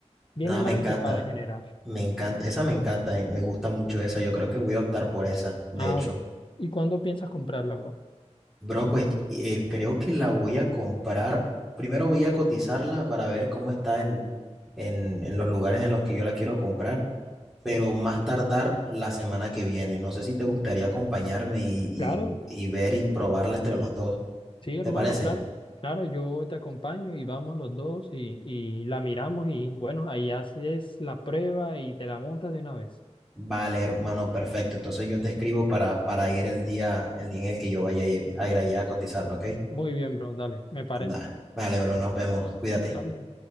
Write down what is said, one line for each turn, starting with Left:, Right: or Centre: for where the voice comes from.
Left: Viene
Centre: nada,
Left: más
Centre: me encanta.
Left: equipada en general.
Centre: Me encanta, esa me encanta, eh, Me gusta mucho esa. Yo creo que voy a optar por esa, de
Left: Ah,
Centre: hecho.
Left: bueno. ¿Y cuándo piensas comprarla, bro?
Centre: Bro, pues eh, creo que la voy a comprar. Primero voy a cotizarla para ver cómo está en, en en los lugares en los que yo la quiero comprar. pero
Left: Sí.
Centre: más tardar la semana que viene. No sé si te gustaría acompañarme y, y-
Left: Claro,
Centre: y ver y probarla entre los dos.
Left: sí, hermano,
Centre: ¿Te parece?
Left: claro. Claro, yo te acompaño y vamos los dos y, y la miramos y bueno, ahí haces la prueba y te la montas de una vez.
Centre: Vale, hermano, perfecto. Entonces yo te escribo para, para ir el día, el día en el que yo vaya a ir, a ir allá a cotizarla, ¿ok?
Left: Muy bien, bro, dale, me parece.
Centre: Nah, Vale, bro, nos vemos. Cuídate.
Left: Dale.